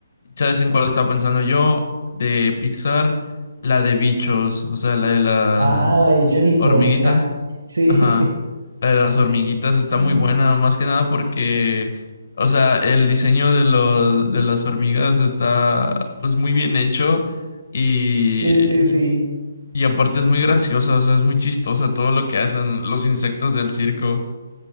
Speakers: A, on the left; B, on the right.
A: ¿Sabes en cuál estaba pensando yo? De Pixar, la de bichos, o sea, la de las
B: Ah, la de bicho es icónica.
A: hormiguitas.
B: Sí,
A: Ajá.
B: <laughs>
A: La de las hormiguitas está
B: Mm,
A: muy buena, más que nada porque, o sea, el diseño de los, de las hormigas está pues muy bien hecho y,
B: sí, sí, sí,
A: y aparte es muy graciosa, o sea, es muy chistosa todo lo que hacen los insectos del circo,